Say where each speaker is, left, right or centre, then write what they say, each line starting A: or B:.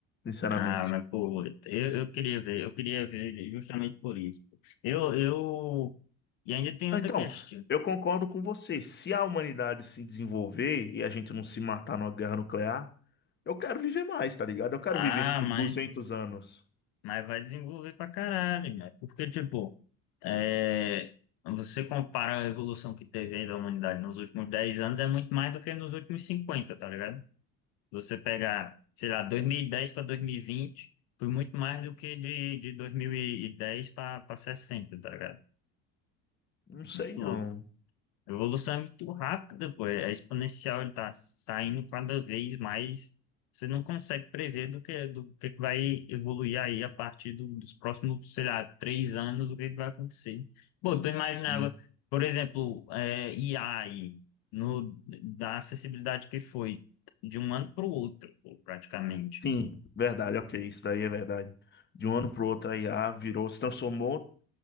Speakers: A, on the left; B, on the left.
A: sinceramente.
B: Ah, mas pô, eu, eu queria ver, eu queria ver justamente por isso. Eu, eu, e ainda tem outra
A: Ah, Então,
B: questão.
A: eu concordo com você. Se a humanidade se desenvolver e a gente não se matar numa guerra nuclear, eu quero viver mais, tá ligado? Eu quero
B: Ah,
A: viver, tipo,
B: mas,
A: 200 anos.
B: mas vai desenvolver pra caralho, né? Porque, tipo, é, você compara a evolução que teve aí da humanidade nos últimos dez anos é muito mais do que nos últimos 50, tá ligado? Você pegar, sei lá, 2010 para 2020, foi muito mais do que de, de 2010 para 60, tá ligado?
A: Não sei,
B: Muito
A: não.
B: louco. A evolução é muito rápida, pô. É exponencial, ele tá saindo cada vez mais. Você não consegue prever do que, do que que vai evoluir aí a partir do- dos próximos, sei lá, três anos, o que que vai acontecer. Pô, tu imaginava,
A: Sim.
B: por exemplo, é, IA aí, no, da acessibilidade que foi de um ano para o outro, pô, praticamente.
A: Sim, verdade, ok. Isso daí é verdade. De um ano pro outro, a IA virou, se transformou